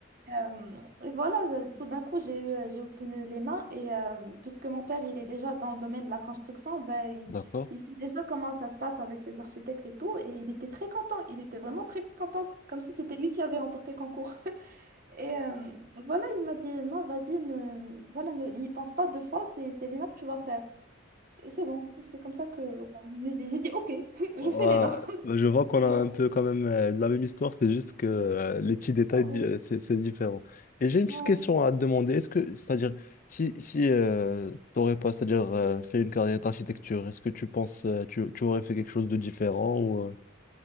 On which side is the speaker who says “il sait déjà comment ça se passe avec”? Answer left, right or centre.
Right